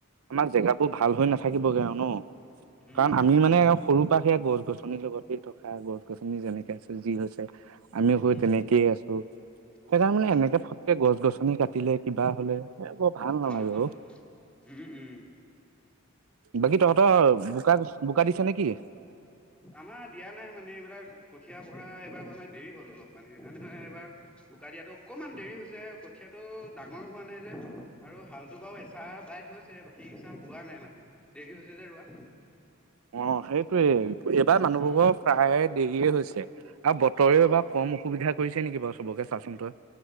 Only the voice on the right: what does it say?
আমাৰ জেগাবোৰ ভাল হৈ নাথাকিবগে আৰু ন
কাৰণ আমি
মানে সৰু পৰা সেই গছ গছনিৰ লগতে থকা গছ গছনি যেনেকে আছে যি হৈছে আমিও
হৈ তেনেকেই
আছো সেইকাৰ
মানে
এনেকে ফটকে গছ গছনি কাটিলে কিবা হলে এ বৰ ভাল নালাগে
বাকী তহঁতৰ বোকা বোকা দিছে নেকি?
অ সেইটোৱে এইবাৰ মানুহবোৰৰ
প্ৰায় দেৰিয়ে হৈছে আৰু বতৰেও
এবাৰ
কম অসুবিধা কৰিছে নেকি বাৰু চবকে চাওচোন তই